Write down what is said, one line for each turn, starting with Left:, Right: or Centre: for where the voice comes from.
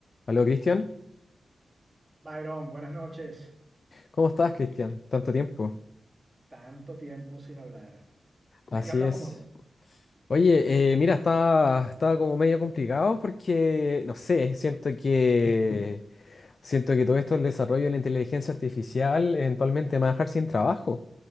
Left: Hola Cristian.
Right: Byron, buenas noches.
Left: ¿Cómo estás, Cristian? Tanto tiempo.
Right: Tanto tiempo sin hablar. ¿De
Left: Así
Right: qué hablamos
Left: es.
Right: hoy?
Left: Oye, eh, mira, está, está como medio complicado porque, no sé, siento que, siento que todo esto, el desarrollo de la inteligencia artificial, eventualmente me va a dejar sin trabajo.